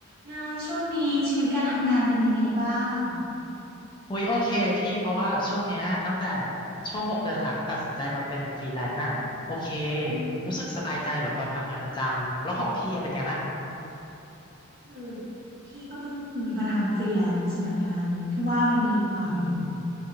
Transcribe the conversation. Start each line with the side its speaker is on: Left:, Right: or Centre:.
Right: ไงช่วงนี้ชีวิตการทำงานเป็นยังไงบ้าง
Left: อุ้ยโอเคพี่เพราะว่าช่วงเนี้ยตั้งแต่ช่วงหกเดือนหลังตัดสินใจมาเป็นฟรีแลนซ์น่ะโอเค
Right: อือหือ
Left: รู้สึกสบายใจกว่าตอนทำงานประจำแล้วของพี่อะเป็นไงบ้าง
Right: คือพี่ก็เพิ่งมาทำฟรีแลนซ์เหมือนกันพี่ว่ามันมีความ
Left: เออ